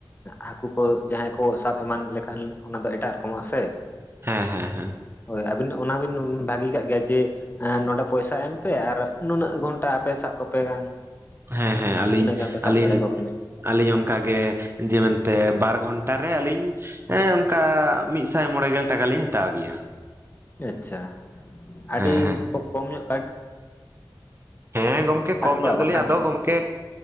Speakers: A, on the left (about 25°); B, on the right (about 30°).
A: ᱦᱟᱹᱠᱩ ᱠᱚ ᱡᱟᱦᱟᱸᱭ ᱠᱚ ᱥᱟᱵ ᱮᱢᱟᱱ ᱞᱮᱠᱷᱟᱱ ᱚᱱᱟ ᱫᱚ ᱮᱴᱟᱜ ᱨᱚᱠᱚᱢᱚᱜ-ᱟᱥᱮ
B: ᱦᱮᱸ ᱦᱮᱸ ᱦᱮᱸ
A: ᱦᱳᱭ ᱟᱹᱵᱤᱱ ᱚᱱᱟᱵᱤᱱ ᱵᱷᱟᱹᱜᱤ ᱠᱟᱜ ᱜᱮᱭᱟ ᱡᱮ ᱱᱚᱸᱰᱮ ᱯᱚᱭᱥᱟ ᱮᱢ ᱯᱮ ᱟᱨ ᱱᱩᱱᱟᱹᱜ ᱜᱷᱚᱱᱴᱟ ᱟᱯᱮ ᱥᱟᱵ ᱠᱚᱯᱮ ᱜᱟᱱ
B: ᱦᱮᱸ ᱦᱮᱸ ᱟᱹᱞᱤᱧ
A: ᱛᱤᱱᱟᱹᱜ ᱜᱟᱱ ᱯᱮ ᱥᱟᱵ
B: ᱟᱹᱞᱤᱧ
A: ᱫᱟᱲᱮᱭᱟᱠᱚ ᱠᱟᱱᱟ
B: ᱟᱹᱞᱤᱧ ᱚᱱᱠᱟᱜᱮ ᱡᱮ ᱢᱮᱱᱛᱮ ᱵᱟᱨ ᱜᱷᱚᱱᱴᱟ ᱨᱮ ᱟᱹᱞᱤᱧ ᱦᱮᱸ ᱚᱱᱠᱟ ᱢᱤᱫᱥᱟᱭ ᱢᱚᱬᱮ ᱜᱮᱞ ᱴᱟᱠᱟ ᱞᱤᱧ ᱦᱟᱛᱟᱣ ᱜᱮᱭᱟ
A: ᱟᱪᱪᱷᱟ ᱟᱰᱤ
B: ᱦᱮᱸ ᱦᱮᱸ
A: ᱠᱚᱢ ᱧᱚᱜ ᱠᱟᱣᱰᱤ
B: ᱦᱮᱸ ᱜᱚᱝᱠᱮ
A: ᱥᱟᱵ
B: ᱠᱚᱢ
A: ᱠᱚᱣᱟ
B: ᱧᱚᱜ ᱫᱚᱞᱤᱧ
A: ᱵᱟᱠᱷᱟᱱ
B: ᱟᱫᱚ ᱜᱚᱢᱠᱮ